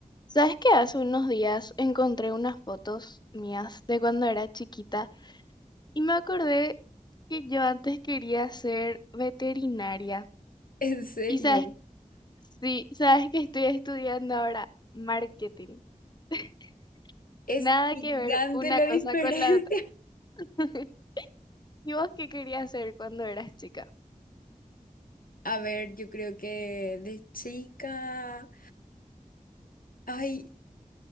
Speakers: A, on the left (about 30°); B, on the left (about 85°).
A: ¿Sabes qué? Hace unos días encontré unas fotos mías de cuando era chiquita y me acordé que yo antes quería ser veterinaria.
B: En serio,
A: Y sabes, sí, sabes que estoy estudiando ahora marketing. <laughs>
B: es
A: Nada
B: gigante
A: que ver una
B: la
A: cosa
B: diferencia.
A: con la otra. <laughs> ¿Y vos qué querías ser cuando eras chica?
B: <laughs> A ver, yo creo que de chica, ay,